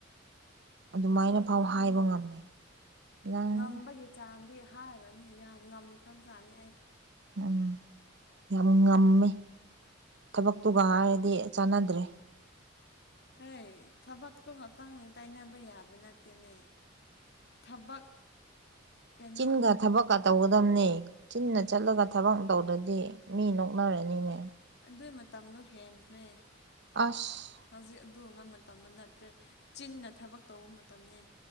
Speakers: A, on the right (about 60°); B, on the left (about 55°).
A: ꯑꯗꯨꯃꯥꯏꯅ
B: ꯁꯤ ꯈꯛꯇꯪ
A: ꯐꯥꯎ ꯍꯥꯏꯕ
B: ꯈꯪꯕ꯭ꯔꯣ
A: ꯉꯝꯃꯦ ꯅꯪ
B: ꯉꯝꯕꯒꯤ ꯆꯥꯡꯗꯤ ꯍꯥꯏꯔꯕꯅꯨ ꯌꯥꯝ ꯉꯝꯃꯈ꯭ꯔꯕ ꯆꯠꯅꯤ ꯑꯩ
A: ꯎꯝ ꯌꯥꯝ ꯉꯝꯃꯦ ꯊꯕꯛꯇꯨꯒ ꯍꯥꯏꯔꯗꯤ ꯆꯥꯟꯅꯗ꯭ꯔꯦ
B: ꯍꯦꯏ ꯊꯕꯛꯇꯣ ꯉꯥꯛꯇꯪ ꯇꯥꯏꯅꯕ ꯌꯥꯕ ꯅꯠꯇꯦꯅꯦ ꯊꯕꯛ ꯀꯩꯅꯣ
A: ꯆꯤꯟꯒ ꯊꯕꯛꯀ ꯇꯧꯒꯗꯝꯕꯅꯤ ꯆꯤꯟꯅ ꯆꯠꯂꯒ ꯊꯕꯛ ꯇꯧꯗ꯭ꯔꯗꯤ ꯃꯤ ꯅꯣꯛꯅꯔꯅꯤꯅꯦ
B: ꯑꯗꯨꯏ ꯃꯇꯝꯗꯣ ꯍꯦꯟꯈ꯭ꯔꯦ
A: ꯑꯁ
B: ꯍꯧꯖꯤꯛ ꯑꯗꯨꯕ ꯃꯇꯝꯗ ꯅꯠꯇ꯭ꯔꯦ ꯆꯤꯟꯅ ꯊꯕꯛ ꯇꯧꯕ ꯃꯇꯝꯅꯤ